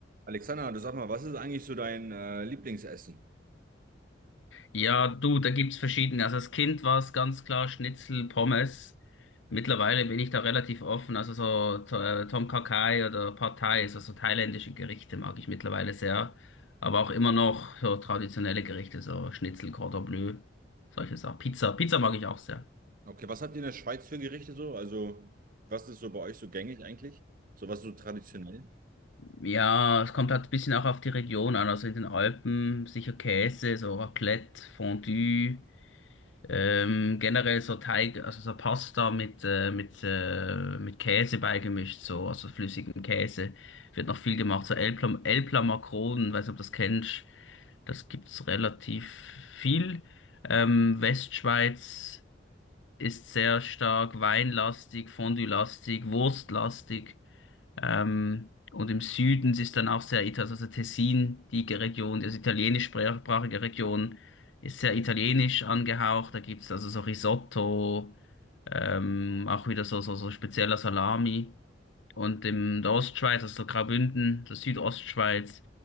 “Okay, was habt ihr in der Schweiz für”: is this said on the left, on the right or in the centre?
Right